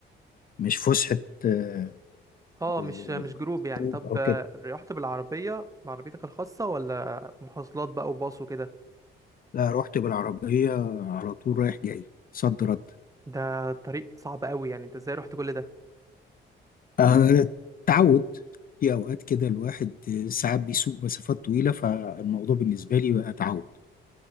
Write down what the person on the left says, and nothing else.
مش فسحة آه
آه
او
كده
لا رحت بالعربية على طول رايح جاي صد رد
آه، تعود في أوقات كده الواحد آه، ساعات بيسوق مسافات طويلة فالموضوع بالنسبة لي بقى تعود